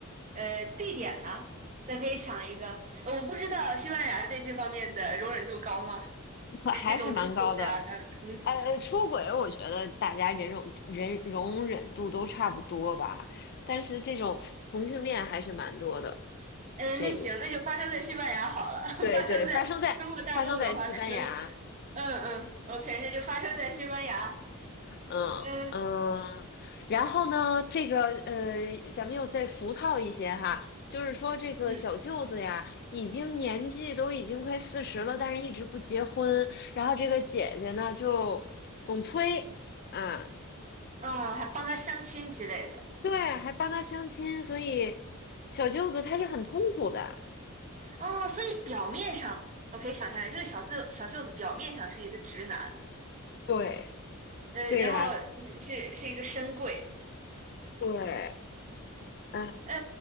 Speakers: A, on the right (about 35°); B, on the left (about 45°).
A: 呃，地点呢，咱可以想一个，呃我不知道西班牙对这方面的容忍度高吗？
B: 嗯，
A: 就这种出轨啊，
B: 还是蛮高的。
A: 还有同，
B: 呃，哎出轨，我觉得大家忍容忍容忍度都差不多吧，但是这种同性恋还是蛮多的。
A: 呃，
B: 这一面
A: 那行，那就发生在西班牙好了。<laughs>
B: 对对，
A: 发生在中国大陆的话，
B: 发生在发生在西班牙，
A: 可能，嗯嗯，OK，那就发生在西班牙。
B: 嗯嗯，
A: 嗯
B: 然后呢，这个呃，咱们又再俗套一些哈，就是说这个小舅子呀，
A: 嗯
B: 已经年纪都已经快四十了，但是一直不结婚，然后这个姐姐呢就总催，啊，
A: 啊，还帮他相亲之类的
B: 对，还帮他相亲，所以小舅子他是很痛苦的。
A: 啊，所以表面上我可以想象，这个小舅小舅子表面上是一个直男，
B: 对，
A: 呃，
B: 对呀，
A: 然后是是一个深柜。
B: 对，嗯。
A: 呃，